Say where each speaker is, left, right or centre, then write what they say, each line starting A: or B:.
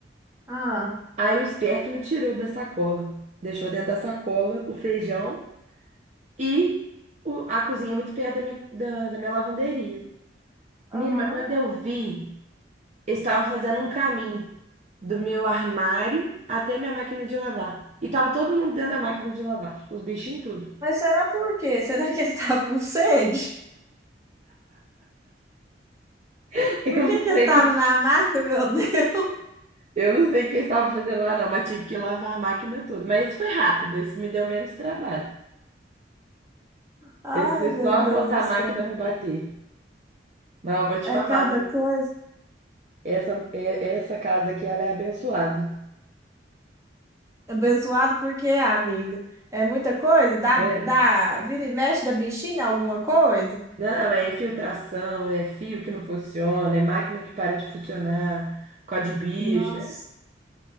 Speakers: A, on the right; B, on the right.
A: Ah,
B: Aí o esperto não tirou da sacola, deixou dentro da sacola o feijão e o- a cozinha é muito perto da minha, da, da minha lavanderia.
A: aham.
B: Menina, mas quando eu vi, eles estavam fazendo um caminho do meu armário até minha máquina de lavar. E tava todo mundo dentro da máquina de lavar, os bichinhos tudo.
A: Mas será por quê? <laughs> Será que eles estavam com sede?
B: <laughs> Eu
A: Por que
B: não
A: que eles
B: sei,
A: estavam
B: por-
A: na mata, meu <laughs> Deus?
B: eu não sei o que eles estavam fazendo lá, não, mas tive que lavar a máquina toda. Mas isso foi rápido, isso me deu menos trabalho.
A: Ai,
B: Esse foi
A: meu
B: só
A: Deus
B: botar
A: do
B: a máquina
A: céu.
B: para bater. Mas eu vou te
A: É
B: falar,
A: cada
B: viu?
A: coisa.
B: essa, é- essa casa aqui, ela é abençoada.
A: Abençoado por quê, amiga? É muita coisa? Dá,
B: É.
A: dá, vira e mexe da bichinha alguma coisa?
B: Não, é infiltração, é fio que não funciona, é máquina que para de funcionar por causa de bicho.
A: Nossa,